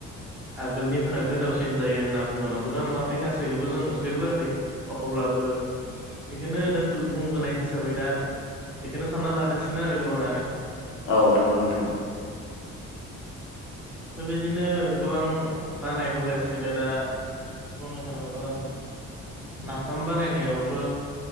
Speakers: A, in the centre; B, on the left.
A: आगोलनि फोरा गोथावसिन जायो होनना बुङो। नंगौना नङाथाय गासैखौबो जों मोनफेरबोआखै अब्लाबो बेखौनो दा बुंबोनाय हिसाबै दा बेखौनो सानना लागासिनो आरो गोबाङानो।
B: औ नंगौ नोंथां।
A: बेबायदिनो गोबां। बानाय बोगासिनो दा बुंनो थाङोबा नाफाम बानायनायावबो